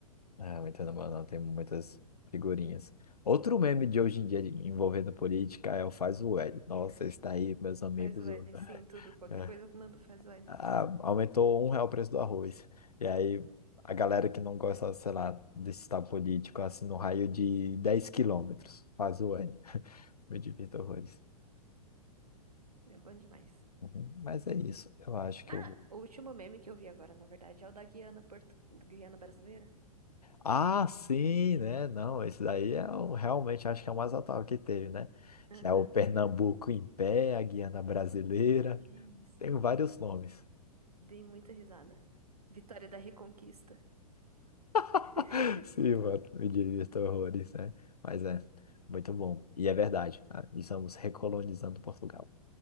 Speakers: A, on the left; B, on the right.
A: Ah, muito no não, tem muitas figurinhas. Outro meme de hoje em dia de- envolvendo política é o Faz o L. Nossa, está aí, meus amigos.
B: Faz o L,
A: o-
B: sim, tudo, qualquer
A: <laughs>
B: coisa eu mando faz o L.
A: Ah, aumentou um real o preço do arroz. E aí a galera que não gosta, sei lá, desse estado político, assim, no raio de 10 quilômetros, faz o N. Me divirto horrores.
B: É bom demais.
A: Uhum. Mas é isso, eu acho que eu
B: Ah,
A: vou.
B: o último meme que eu vi agora, na verdade, é o da Guiana, Porto... do Guiana brasileira.
A: Ah, sim, né? Não, esse daí é o, realmente acho que é o mais atual que teve, né?
B: Aham.
A: Que é o Pernambuco em pé, a Guiana Brasileira.
B: Isso.
A: Tem vários nomes.
B: Dei muita risada. Vitória da Reconquista.
A: <laughs>
B: <laughs>
A: Sim, mano, me divirto horrores, né? Mas é, muito bom. E é verdade, ah, estamos recolonizando Portugal.